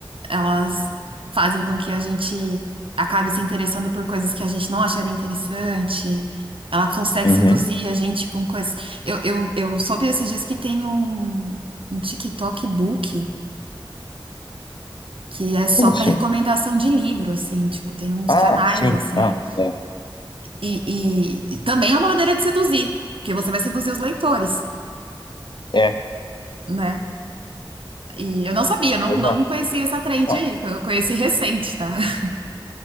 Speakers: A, on the right; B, on the left.
A: elas fazem com que a gente acabe se interessando por coisas que a gente não acharia interessante. Ela consegue
B: Uhum.
A: seduzir a gente com coisas... Eu, eu, eu soube esses dias que tem um, um TikTok Book que é só
B: Como
A: para
B: assim?
A: recomendação de livro, assim. Tipo, tem uns
B: Ah,
A: canais,
B: sim.
A: assim.
B: Ah, é.
A: E, e e também é uma maneira de seduzir, porque você vai seduzir os leitores,
B: É,
A: né? E eu não sabia, não,
B: exato.
A: não conhecia essa trend
B: Ah,
A: aí, eu conheci recente, tá? <laughs>